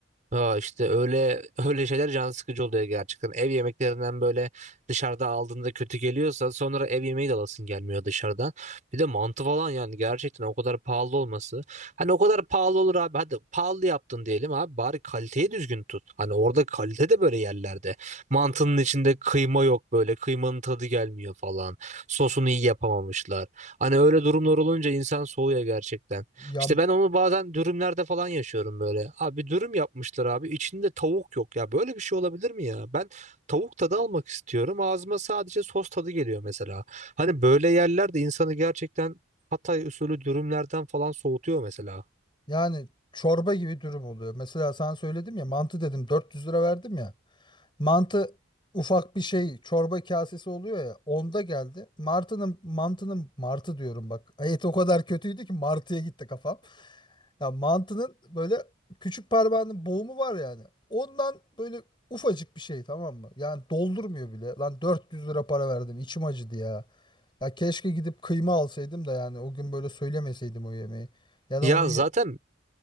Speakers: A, on the right; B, on the left.
A: Aa işte öyle <laughs> öyle şeyler can sıkıcı oluyor gerçekten. Ev yemeklerinden böyle dışarıda aldığında kötü geliyorsa sonra ev yemeği de alasın gelmiyor dışarıdan. Bir de mantı falan yani gerçekten o kadar pahalı olması. Hani o kadar pahalı olur abi. Hadi pahalı yaptın diyelim abi bari kaliteyi düzgün tut. Hani orada kalite de böyle yerlerde. Mantının içinde kıyma yok böyle. Kıymanın tadı gelmiyor falan. Sosunu iyi yapamamışlar. Hani öyle durumlar olunca insan soğuyor gerçekten.
B: Ya
A: İşte ben onu bazen dürümlerde falan yaşıyorum böyle. Abi dürüm yapmışlar abi. içinde tavuk yok ya. Böyle bir şey olabilir mi ya? Ben tavuk tadı almak istiyorum. Ağzıma sadece sos tadı geliyor mesela. Hani böyle yerler de insanı gerçekten Hatay usulü dürümlerden falan soğutuyor mesela.
B: Yani çorba gibi dürüm oluyor. Mesela sana söyledim ya mantı dedim 400 lira verdim ya. Mantı ufak bir şey çorba kasesi oluyor ya onda geldi. Martının mantının martı diyorum bak. Et o kadar kötüydü ki martıya gitti kafam. Ya mantının böyle küçük parmağının boğumu var yani. Ondan böyle ufacık bir şey tamam mı? Yani doldurmuyor bile. Lan 400 lira para verdim içim acıdı ya. Ya keşke gidip kıyma alsaydım da yani o gün böyle söylemeseydim o yemeği. Ya
A: Ya
B: da onu ye-
A: zaten